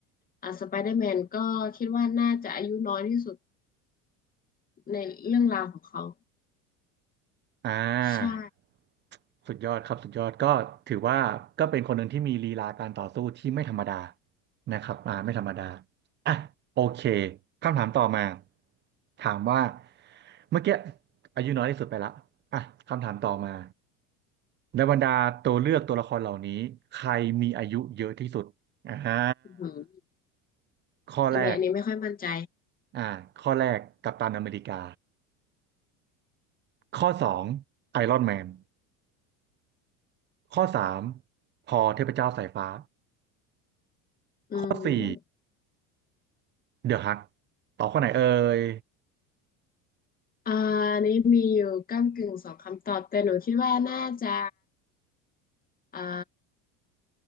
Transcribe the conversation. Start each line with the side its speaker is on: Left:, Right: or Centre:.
Left: อ่าสไปเดอร์แมนก็คิดว่าน่าจะอายุน้อยที่สุดในเรื่องราวของเขา
Right: อ่า
Left: ใช่
Right: สุดยอดครับสุดยอดก็ถือว่าก็เป็นคนหนึ่งที่มีลีลาการต่อสู้ที่ไม่ธรรมดานะครับอ่าไม่ธรรมดาอ่ะโอเคคำถามต่อมาถามว่าเมื่อกี้อายุน้อยที่สุดไปละอ่ะคำถามต่อมาในบรรดาตัวเลือกตัวละครเหล่านี้ใครมีอายุเยอะที่สุดอ่า
Left: อืม
Right: ข้อแรก
Left: อันนี้อันนี้ไม่ค่อยมั่นใจ
Right: อ่าข้อแรกกัปตันอเมริกาข้อสองไอรอนแมน ข้อสามพอเทพเจ้าสายฟ้า
Left: อืม
Right: ข้อสี่เดอะฮักตอบข้อไหนเอ่ย
Left: อ่าอันนี้มีอยู่ก้ำกึ่งสองคำตอบแต่หนูคิดว่าน่าจะอ่า